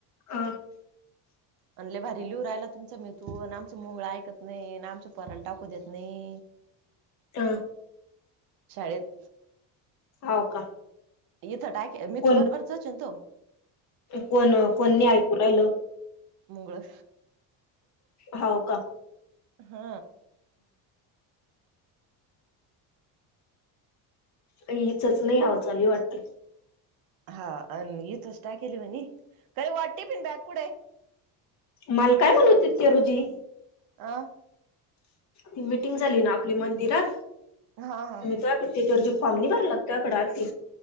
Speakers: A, on the left; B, on the right.
A: अ
B: अन लय भारी लिहू राहिला तुमचा मिथुन आमचं मोगळ ऐकत नाही ना आमच्या पोराला टाकू देत नाही
A: अ
B: शाळेत
A: हाव का
B: इथं टाके मिथुन
A: कोण
B: बरोबरचाच हाय ना तो
A: कोण कोणी नाही ऐकू राहिलं
B: मुंगळं
A: हाव का
B: हा
A: हिचच नाही हाव चालली वाटत
B: हा आणि इथंच टाकीला म्हणे काही वा टिफीन बॅग कुठंय
A: मल काय म्हणत हुती ती रुजी
B: आह
A: ती मिटिंग झाली ना आपली मंदिरात
B: हा हा
A: मी तर त्याच्यावर जो फॉर्म नाही भरला मी आत्याकडं आलती